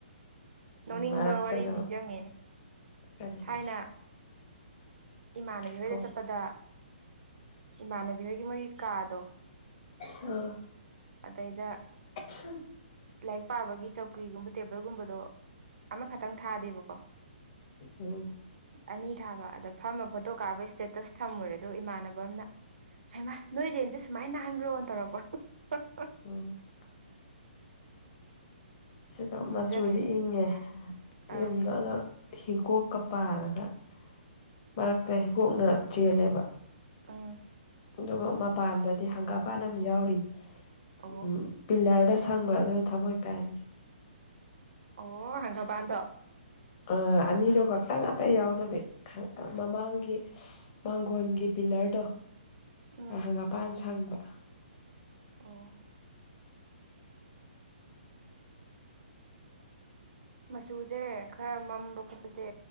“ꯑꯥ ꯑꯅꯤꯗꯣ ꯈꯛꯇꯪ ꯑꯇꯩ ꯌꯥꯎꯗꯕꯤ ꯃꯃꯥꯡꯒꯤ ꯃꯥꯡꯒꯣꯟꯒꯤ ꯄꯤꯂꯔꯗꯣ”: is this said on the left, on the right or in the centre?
Left